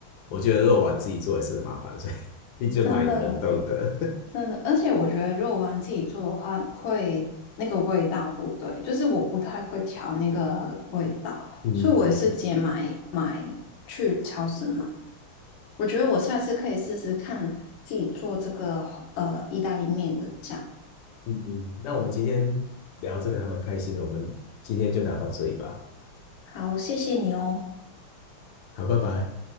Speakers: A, on the left; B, on the left.
A: 我觉得肉丸自己做也是很麻烦，所以 <laughs> 你就买冷冻的。
B: 真的
A: <laughs>
B: 真的，而且我觉得肉丸自己做的话，会那个味道不对，就是我不太会调那个味道，
A: 嗯嗯。
B: 所以我也是直接买买去超市买。我觉得我下次可以试试看自己做这个呃意大利面的酱。
A: 嗯，那我们今天聊这个还蛮开心的，我们今天就聊到这里吧。
B: 好，谢谢你哦。
A: 好，拜拜。